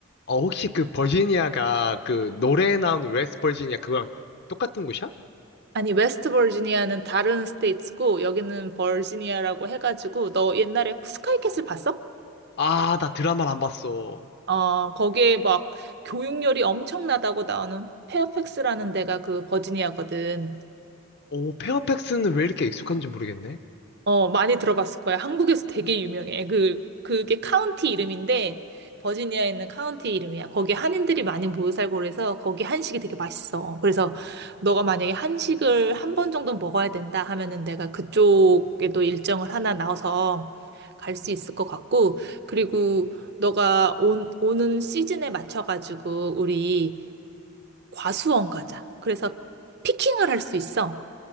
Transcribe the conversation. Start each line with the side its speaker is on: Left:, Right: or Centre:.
Left: 어, 혹시 그 버지니아가 그 노래에 나오는 웨스트 버지니아 그거랑 똑같은 곳이야?
Right: 아니 웨스트 버지니아는 다른 스테이츠고 여기는 버지니아라고 해가지고 너 옛날에 스카이캐슬 봤어?
Left: 아, 나 드라마를 안 봤어.
Right: 어 거기에 막 교육열이 엄청나다고 나오는 페어팩스라는 데가 그 버지니아거든.
Left: 오, 페어팩스는 왜 이렇게 익숙한지 모르겠네.
Right: 어, 많이 들어봤을 거야. 한국에서 되게 유명해. 그, 그게 카운티 이름인데, 버지니아에 있는 카운티 이름이야. 거기 한인들이 많이 모여 살고 그래서 거기 한식이 되게 맛있어. 그래서 너가 만약에 한식을 한 번 정도 먹어야 된다 하면은 내가 그쪽에도 일정을 하나 나와서 갈 수 있을 것 같고, 그리고 너가 온, 오는 시즌에 맞춰가지고 우리 과수원 가자. 그래서 피킹을 할 수 있어.